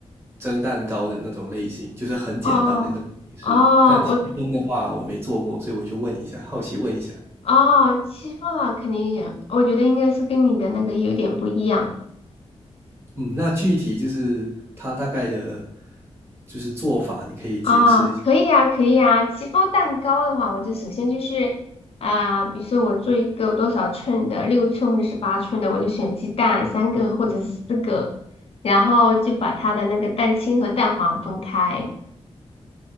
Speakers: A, on the right (about 20°); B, on the left (about 60°).
A: 蒸蛋糕的那种类型，就是很简单的那种形式。
B: 哦。哦，
A: 但戚风的话，
B: 我
A: 我没做过，所以我就问一下，好奇问一下。
B: 哦，欺负啊，肯定也，我觉得应该是跟你的那个有点不一样
A: 嗯，那具体就是它大概的，就是做法，你可以解释一
B: 啊、哦可以啊，可以啊。戚风蛋糕的话，我就首先就是啊、比如说我做一个多少寸的，六寸或者是八寸的，我就选鸡蛋三个或者是四个，然后就把它的那个蛋清和蛋黄分开